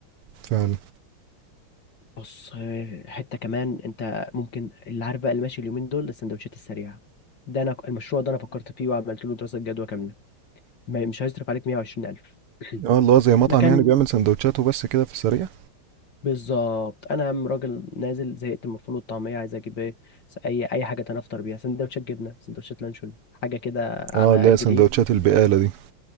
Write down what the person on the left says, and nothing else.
بص آه، حتة كمان انت ممكن اللي عارف بقى اللي ماشي اليومين دول السندوتشات السريعة ده انا المشروع ده انا فكرت فيه وعملت له دراسة جدوى كاملة ما- مش هيصرف عليك 120000 <clears throat> <laughs>
مكان
بالظبط انا م- راجل نازل زهقت من الفول والطعمية عايز اجيب ايه س- اي اي حاجة تانية افطر بيها سندوتشات جبنة سندوتشات لانشون حاجة كده على
قد
الايد